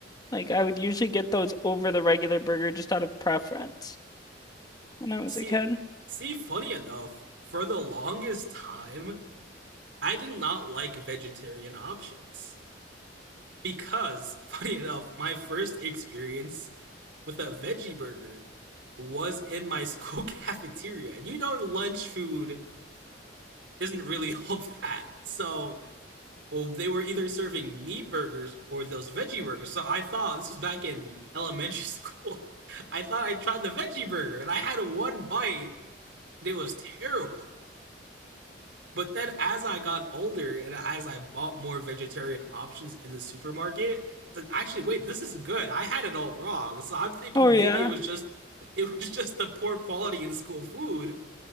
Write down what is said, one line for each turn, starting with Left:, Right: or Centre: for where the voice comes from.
Left: Like I would usually get those over the regular burger just out of preference. when I was
Right: See,
Left: a kid.
Right: see, funny enough, for the longest time, I did not like vegetarian options because, <laughs> funny enough, my first experience with a veggie burger was in my <laughs> school cafeteria, and you know, lunch food isn't really <laughs> all that. So well, they were either serving meat burgers or those veggie burgers. So I thought this was back in elementary school. <laughs> I thought I tried the veggie burger and I had one bite and it was terrible. But then as I got older and as I bought more vegetarian options in the supermarket, like actually wait, this is good. I had it all wrong. So I'm thinking
Left: Oh yeah.
Right: maybe it was just it was just the poor quality in school food